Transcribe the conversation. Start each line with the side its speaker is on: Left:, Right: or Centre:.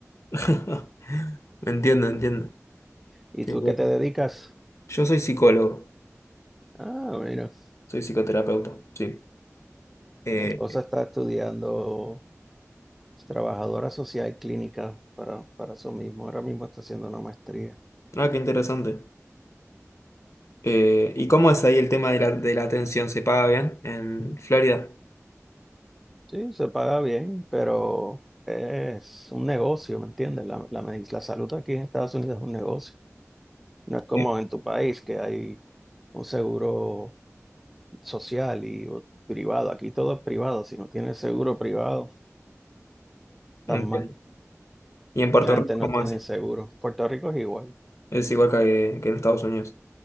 Left: <laughs> Entiendo, entiendo.
Centre: ¿Y
Left: Sí,
Centre: tú
Left: sí.
Centre: qué te dedicas?
Left: Yo soy psicólogo,
Centre: Ah, mira,
Left: soy psicoterapeuta, sí. Eh,
Centre: mi esposa está estudiando es trabajadora social clínica para, para eso mismo. Ahora mismo está haciendo una maestría.
Left: ah, qué interesante. Eh, ¿y cómo es ahí el tema de la, de la atención? ¿Se paga bien en Florida?
Centre: Sí, se paga bien, pero es un negocio, ¿me entiendes? La, la, medic- la salud aquí en Estados Unidos es un negocio. No es como
Left: Sí,
Centre: en tu país que hay un seguro social y o- privado. Aquí todo es privado. Si no tienes seguro privado, estás
Left: entiendo.
Centre: mal.
Left: ¿Y en Puerto
Centre: Mucha
Left: Rico
Centre: gente no
Left: cómo
Centre: tiene
Left: es?
Centre: seguro. Puerto Rico es igual.
Left: Es igual que, que en Estados Unidos.